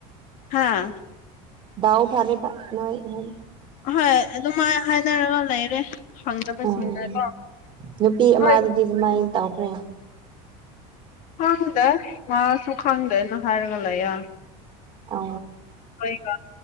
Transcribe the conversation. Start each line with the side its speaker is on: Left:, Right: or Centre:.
Left: ꯍꯥꯥ
Right: ꯗꯎ ꯐꯔꯦ ꯅꯣꯏ ꯍ
Left: ꯍꯣꯏ ꯑꯗꯨꯝ ꯍꯥꯏꯅꯔꯒ ꯂꯩꯔꯦ ꯐꯪꯗꯕꯁꯤꯡꯅꯀꯣ
Right: ꯎꯝ ꯅꯨꯄꯤ ꯑꯃꯗꯨꯗꯤ
Left: ꯍꯣꯏ
Right: ꯀꯃꯥꯏꯅ ꯇꯧꯈ꯭ꯔꯦ
Left: ꯈꯪꯗꯦ ꯃꯥꯁꯨ ꯈꯪꯗꯦꯅ ꯍꯥꯏꯔꯒ ꯂꯩꯌꯦ
Right: ꯑ
Left: ꯑꯩꯈꯣꯏꯒ